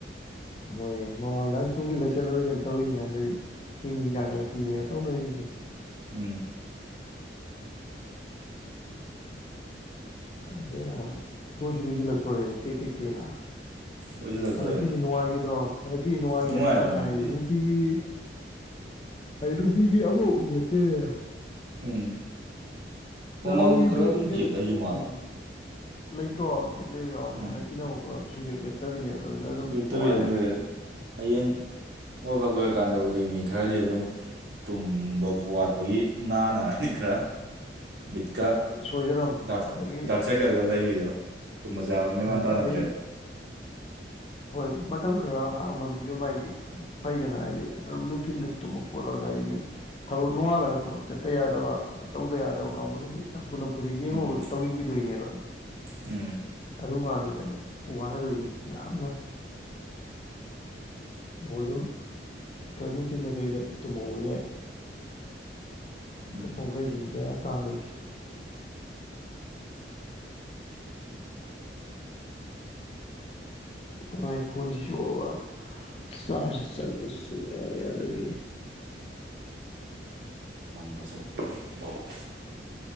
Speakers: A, on the left (about 35°); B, on the right (about 65°).
A: ꯍꯣꯏꯦ ꯃꯃꯥꯡꯗ ꯆꯨꯡꯁꯤꯜꯂ ꯁꯦꯂꯦꯕ꯭ꯔꯦꯁꯟ ꯇꯧꯋꯔꯤꯅꯤ ꯀꯥꯟꯗꯗꯤ ꯍꯤꯡ ꯀꯥꯒꯠꯂꯛꯄꯤꯅꯦꯕ ꯇꯧꯅꯔꯤꯁꯦ
B: ꯎꯝ
A: ꯈꯪꯒꯦꯅ ꯂꯣꯏꯁꯤ ꯂꯣꯏꯁꯤꯜꯂꯛꯇꯣꯔꯦꯅꯦ ꯇꯦꯛ ꯇꯦꯛꯛꯇꯅ
B: ꯂꯣꯏꯁꯤꯜꯂꯛꯇꯣꯔꯦ
A: ꯍꯟꯗꯛꯀꯤꯁꯤ ꯅꯨꯡꯉꯥꯏꯈꯤꯗ꯭ꯔꯣ ꯍꯟꯗꯛꯀꯤꯁꯤ ꯅꯨꯡꯉꯥꯏꯈꯤ
B: ꯅꯨꯡꯉꯥꯏꯌꯦ
A: ꯐꯅ
B: ꯑꯗꯨꯝ ꯍꯟꯗꯛꯀꯤ
A: ꯍꯥꯏꯗꯤꯅꯨꯡ ꯔꯅꯨꯡꯇꯤꯒꯤ ꯍꯥꯏ ꯔꯨꯇꯤꯒꯤ ꯑꯃꯥꯎ ꯂꯦꯞꯇꯦꯗ
B: ꯎꯝ ꯃꯃꯥꯡꯗꯤ
A: ꯂꯍꯜꯣ ꯏꯗꯨ
B: ꯈꯔ ꯑꯗꯨꯝ
A: ꯃꯦꯠ
B: ꯒꯦꯞ ꯂꯩꯈꯤ ꯃꯥꯜꯂꯦ
A: ꯎꯝ ꯂꯩꯇ꯭ꯔꯣ ꯒꯦꯞ ꯂꯩꯕ ꯌꯥꯎꯋꯦ
B: ꯎꯝ
A: ꯍꯥꯟꯅ ꯀꯤꯍꯧꯒ ꯁꯨꯡꯒꯦꯞ ꯂꯦꯞꯇ ꯐꯠꯇꯕꯤꯅꯦꯕ ꯑꯗꯨꯅ ꯑꯗꯨꯝ
B: ꯂꯦꯞꯇꯕꯤ
A: ꯅꯨꯡꯉꯥꯏꯔ
B: ꯑꯗꯨꯝ ꯂꯩ ꯍꯌꯦꯡ ꯋꯥꯔꯜ ꯀꯞ ꯂꯣꯏꯔꯀꯥꯟꯗꯕꯨꯗꯤ ꯃꯤ ꯈꯔꯗꯤ ꯑꯗꯨꯝ ꯇꯨꯝꯕꯀꯣ ꯋꯥꯠꯄꯒꯤ ꯅꯥꯅꯔꯅꯤ ꯈꯔ ꯃꯤꯕꯤꯠꯀ
A: ꯁꯣꯏꯗꯔꯝ
B: ꯗ
A: ꯑꯗꯒꯤ
B: ꯗꯥꯛ ꯁꯥꯏꯀꯜꯒ ꯂꯩꯕꯤꯗꯣ ꯇꯨ ꯃꯖꯥ ꯑꯃ ꯃꯦꯃꯥꯟ
A: ꯎꯝ
B: ꯇꯥꯟꯅꯗ꯭ꯔꯦꯕ
A: ꯑꯗꯩ ꯍꯣꯏ ꯃꯇꯝ ꯈꯔ ꯍꯥꯡꯕ ꯃꯤꯗꯨ ꯃꯥꯗꯤ ꯐꯩꯗꯅ ꯍꯥꯏꯗꯤ ꯑꯗꯨꯝ ꯅꯨꯡꯊꯤꯜꯗ ꯇꯨꯝꯕ ꯐꯣꯠꯂꯣꯁꯨ ꯍꯥꯏꯗꯤ ꯃꯤ ꯊꯕꯛ ꯅꯣꯡꯉꯥꯜꯂꯒ ꯊꯕꯛ ꯆꯠꯇ ꯌꯥꯗꯕ ꯇꯧꯗ ꯌꯥꯗꯕ ꯀꯥꯡꯕꯨꯗꯨꯗꯤ ꯐꯨ ꯅꯐꯨꯗ ꯌꯦꯡꯉꯨꯔꯒꯁꯨ
B: ꯎꯝ
A: ꯇꯧꯁꯤꯟꯈꯤꯗꯣꯏꯅꯦꯕ
B: ꯎꯝ
A: ꯑꯗꯨꯝ ꯀꯥꯟꯗꯨꯗꯅꯦ ꯋꯥꯅꯗꯣꯏꯁꯦ ꯌꯥꯝꯅ <inaudible> ꯃꯈꯣꯏ ꯑꯗꯨꯝ ꯈꯔ ꯅꯨꯡꯊꯤꯗ ꯀꯔꯤꯗ ꯇꯨꯝꯍꯧꯕ ꯌꯥꯏ
B: ꯎꯝ
A: ꯑꯇꯣꯞꯄ ꯋꯥꯈꯩꯁꯤꯅꯤ ꯕꯦꯔꯥ ꯇꯥꯗꯣꯏꯁꯤ ꯃꯥꯏ ꯐꯣꯟꯁꯤꯁꯨꯑꯕꯥꯥ ꯆꯥꯁ ꯆꯡꯉꯣ ꯁꯨꯡꯌꯥ ꯌꯥꯗꯕꯤ
B: ꯂꯝ ꯁꯠ ꯐ <unintelligible>